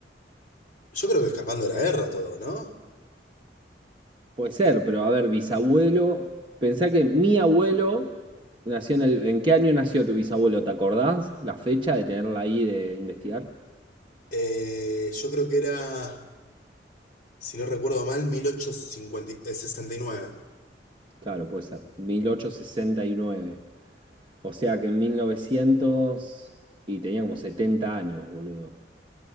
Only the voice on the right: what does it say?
Puede ser, pero a ver, bisabuelo. Pensá que mi abuelo nació en el. ¿En qué año nació tu bisabuelo? ¿Te acordás? La fecha de tenerla ahí de investigar.
Claro, puede ser. mil ochocientos sesenta y nueve, O sea que en 1900 Y tenía como 70 años, boludo.